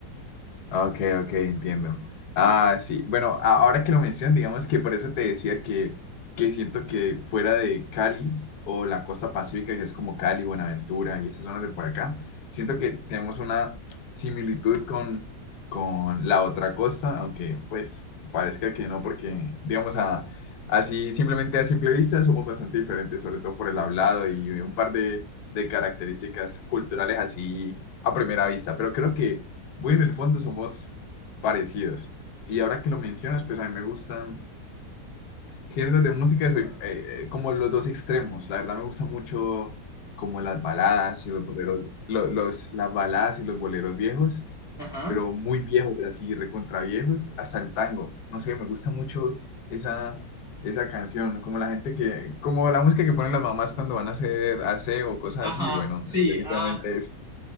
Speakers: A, on the left; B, in the centre.
A: Ok, ok, entiendo. Ah, sí. Bueno, a- ahora que lo mencionas, digamos que por eso te decía que, que siento que fuera de Cali o la costa pacífica, que es como Cali, Buenaventura y esas zonas de por acá, siento que tenemos una similitud con, con la otra costa, aunque pues parezca que no, porque digamos a, así simplemente a simple vista somos bastante diferentes, sobre todo por el hablado y un par de, de características culturales así a primera vista, pero creo que bueno, en el fondo somos parecidos. Y ahora que lo mencionas, pues a mí me gustan géneros de música, soy eh, eh, como los dos extremos. La verdad me gusta mucho como las baladas y los boleros, lo- los, las baladas y los boleros viejos,
B: Ajá,
A: pero muy viejos, así recontra viejos, hasta el tango. No sé, me gusta mucho esa, esa canción, como la gente que, como la música que ponen las mamás cuando van a hacer aseo o cosas
B: ajá,
A: así, bueno,
B: sí,
A: específicamente
B: ah,